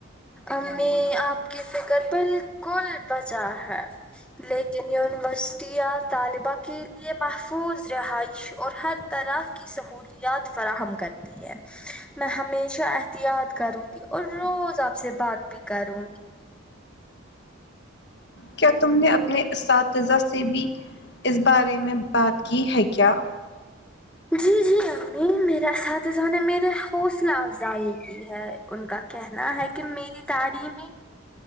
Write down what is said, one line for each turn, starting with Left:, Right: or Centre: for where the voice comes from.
Centre: امی آپ کی فکر بالکل بجا ہے لیکن یونیورسٹں طالبہ کے لیے محفوظ رہائش اور حر طرح کی سہولیات فراہم کریں میں ہمیشہ احتیاط کروں گی اور روز آپ سے بات بھی کروں گی
Left: کیا تم نے اپنے اساتذہ سے بھی اس بارے میں بات کی ہے کیا
Centre: جی جی امی میرا اساتذہ نے میرے حوصلہ افزائی کی ہے ان کا کہنا ہے کہ میری تاریم